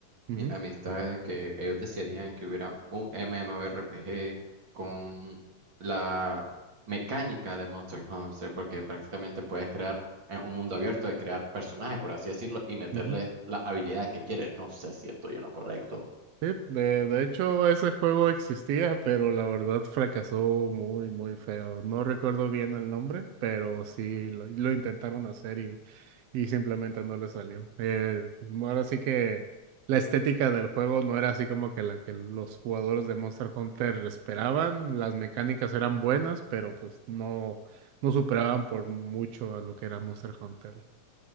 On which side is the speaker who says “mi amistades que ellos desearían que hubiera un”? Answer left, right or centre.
Right